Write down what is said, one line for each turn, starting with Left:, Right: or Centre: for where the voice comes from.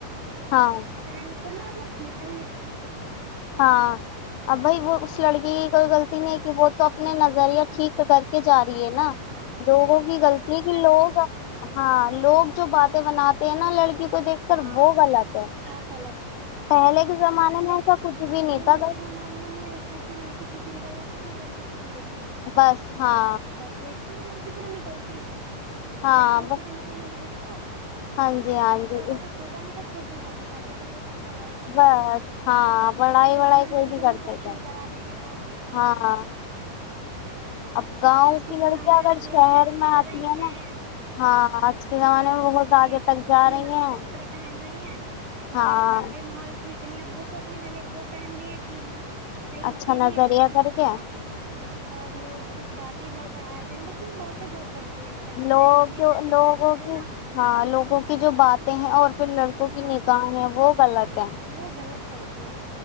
Left: ہاں
Right: ہے نکلنا مطلب نکل نکلتے کچھ کپڑے ڈھنگ
Left: ہاں ا بھائی وہ <unintelligible> اس لڑکی کی کوئی غلطی نہیں کہ وہ تو اپنے نظرییا ٹھیک کر کے جا رہ ہے نا
Right: سے ہاں
Left: لوگوں
Right: اگر
Left: کی غلط
Right: دیکھنے
Left: ہے کہ
Right: والے
Left: لوگ
Right: غلط نہ ہو سکے.
Left: ہاں لوگ جو بات مناات <unintelligible> ت نا لڑکی کو دیکھ
Right: ہاں
Left: کر وہو بل آاتتے ہیں
Right: وہ بات
Left: پہلے کے زمانے میں
Right: ل
Left: کچھ بھی نہیں
Right: کہ توم
Left: تھا
Right: میں سار ل کہ سگری گلا <unintelligible> لگ دیک <unintelligible>
Left: بس ہاں
Right: بس یہ <unintelligible> ی لڑکی طرح نکلتی <unintelligible>
Left: ہاں
Right: متی وہ
Left: بس
Right: کہاں نکلے د دیدی
Left: ہاں جی
Right: است
Left: ہاں
Right: لی
Left: جی
Right: بابا کچھ ہوتا نہیں تھا چھوٹی والی ابھی کل پڑھائی وڑائی
Left: بس
Right: کر ت
Left: ہاں بڑائی
Right: تو
Left: وڑائی
Right: اس
Left: کوئی
Right: لڑکیوں
Left: نہیں کرتے
Right: نے فیشن
Left: تھے
Right: کرا بھی نہیں اور
Left: ہاں اب گاؤں
Right: آج کے
Left: کی
Right: زمانے
Left: لڑکیاں
Right: میں
Left: اگر
Right: اب
Left: شہر
Right: لڑکیاں پڑھ
Left: میں
Right: رہی
Left: آتی ہے
Right: ہیں
Left: نا ہاں آج کے زمانے
Right: تو
Left: میں
Right: مطلب
Left: بہت آگے
Right: کہ
Left: تک جا
Right: اپنی
Left: رہی
Right: مرضی
Left: ہیں
Right: سے کپڑے پہن رہی ہیں مگر
Left: ہاں
Right: باہر کا ہی ماحول ٹھیک وہ تو اپنے بھے وہ پہن رہی ہیں کہ <unintelligible> صحیح
Left: اچھا
Right: کے لیے
Left: نظریہ کر
Right: ہاں
Left: کے
Right: اور لوگ بات ہی بہت بنااتے ہیں بس یہ باتیں بہت بن یہ
Left: لوگ جو
Right: جنرین
Left: لوگوں
Right: چل رہی
Left: کی
Right: نا
Left: ہاں لوگوں کی جو باتیں ہیں اور پھر لڑکوں کی
Right: ہاں
Left: نگاہیں ہیں وہ غلط
Right: ہاں
Left: ہے
Right: وہ غلط چلتی ہیں